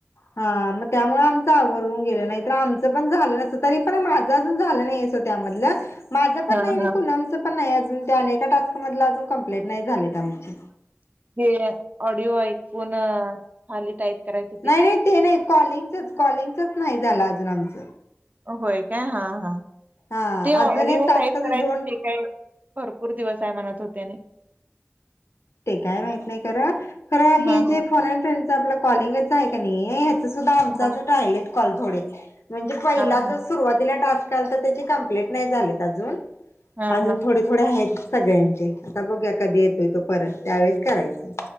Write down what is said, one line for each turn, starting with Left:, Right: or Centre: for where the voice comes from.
Left: हा मग त्यामुळे आमचं आवरून गेलं नाही तर आमचं पण झालं नसतं तरी पण माझं अजून झालं नाही. त्यामध माझं पण
Right: हा
Left: नाही आणि
Right: हा
Left: पुनमचं पण नाही अजून त्या अनेका टास्क मधलं अजून कंप्लीट नाही झालेत आमची
Right: हे ऑडिओ ऐकून खाली टाईप करायच
Left: नाही नाही ते नाही कॉलिंगचच कॉलिंगचच नाही झालं अजून आमचं
Right: होय काय हा हा
Left: हा
Right: ते
Left: अजून
Right: ऑडिओ
Left: एक टास्क
Right: साईब करायचं
Left: दोन
Right: ते काय भरपूर दिवस आहे म्हणत होतेने
Left: ते काय माहित नाही क ख हे
Right: हा
Left: जे फोन फ्रेंडशिप आमचं कॉलिंगच आहे का ह्याच सुद्धा
Right: हा
Left: आम
Right: हा
Left: अजून राहि कॉल थोडे म्हणजे पहिला
Right: हा हा
Left: जर सुरुवातीला टास्क आला तर त्याचे कमप्लीट नाही झालेत अजून
Right: हा
Left: अजून
Right: हा
Left: थोडे थोडे आहेत सगळ्यांचे आता बघया कधी येतोय तो परत त्यावेेळेस करायचं